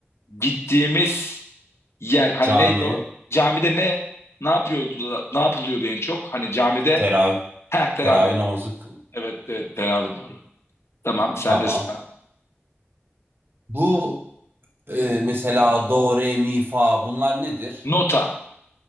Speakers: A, on the left; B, on the right.
A: gittiğimiz yer hani
B: cami,
A: neydi o? Camide ne ne yapıyordu ne yapılıyordu en çok? Hani camide
B: terav
A: ha teravih.
B: teravih namazı kıl.
A: Evet, evet teravih doğru. Tamam sen
B: Tamam.
A: de sağ.
B: Bu e, mesela do, re, mi, fa bunlar nedir?
A: Nota.